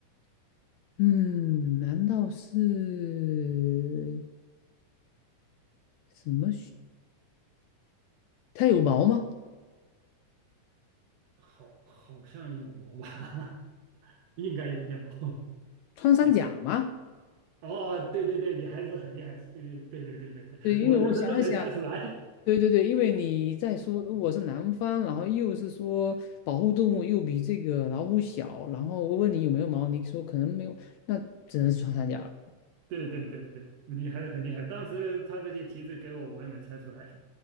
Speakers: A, on the left; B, on the right.
A: 嗯，难道是什么？它有毛吗？
B: 好，好像有毛吧，<laughs> 应该有点毛。
A: 穿山甲吗？
B: 哦，哦对对对，你还是很厉害，对对对对对对对，
A: 对，
B: 我就是愣没猜出来，
A: 因为我想了想，对对对，因为你在说，如果是南方，然后又是说保护动物又比这个老虎小，然后我问你有没有毛，你说可能没有，那只能是穿山甲了。
B: <laughs> 对对对对，你还是很厉害。当时他这些提示给我，我也没猜出来。